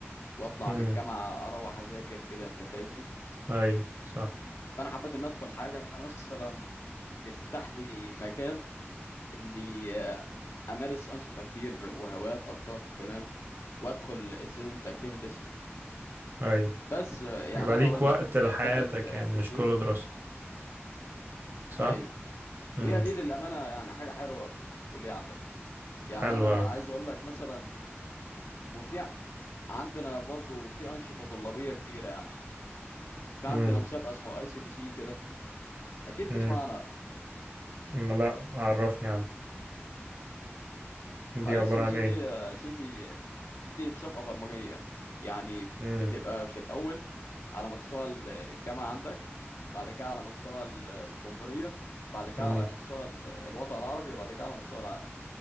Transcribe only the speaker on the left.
واطلع
من الجامعه اروح اذاكر كده انت فاهمني
فانا حبيت ان ادخل حاجه مثلا تفتح لي مكان اني امارس انشطه كتير وهوايات اكتر تمام وادخل student activities
بس يعني
انا
اقول
لك
داخل
في
student
ايوه
وهي دي للامانه يعني حاجه حلوه في الكليه عندنا يعني
انا
عايز اقول لك مثلا وفي عندنا برضو في أنشطة طلابية كتيرة يعني في عندنا
مسابقة اسمها اي سي بي سي كده أكيد تسمع
عنها
اي
سي بي
سي
دي يا سيدي دي مسابقة برمجية يعني
بتبقى في الأول على مستوى ال- الجامعة عندك بعد كده على مستوى ال- الجمهورية بعد كده
على مستوى ال- الوطن العربي وبعد كده على مستوى العالم